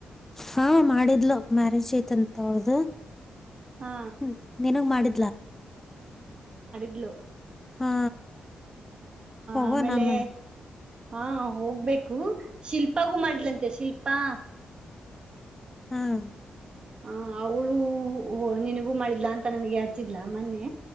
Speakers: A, on the left; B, on the right.
A: ಹಾ ಮಾಡಿದ್ಲು ಮ್ಯಾರೇಜ್ ಐತಂತ ಹೊಳ್ದ
B: ಹಾ
A: ಹ್ಮ ನಿನಗ್ ಮಾಡಿದ
B: ಇ
A: ಹಾ ಹೋಗೋ
B: ಆಮೇಲೆ
A: ನಮ್ಮ
B: ಹಾ ಹೋಗ್ಬೇಕು ಶಿಲ್ಪಾಗೂ ಮಾಡ್ಲಂತೆ ಶಿಲ್ಪಾ
A: ಹ್ಮ್
B: ಹ ಅವಳೂ ನಿನಗೂ ಮಾಡಿದ್ಲಾ ಅಂತ ನನ್ಗೆ ಹಚ್ಚಿದಿಲ್ಲ ಮೊನ್ನೆ